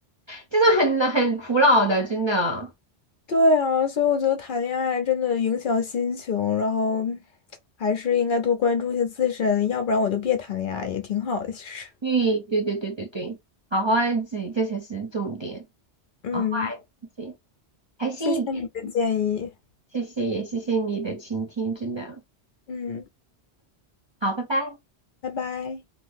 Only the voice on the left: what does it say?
对啊，所以我觉得谈恋爱真的影响心情，然后还是应该多关注一下自身，要不然我就别谈恋爱，也挺好的，其实。
嗯，
谢谢你的建议。
嗯，
拜拜。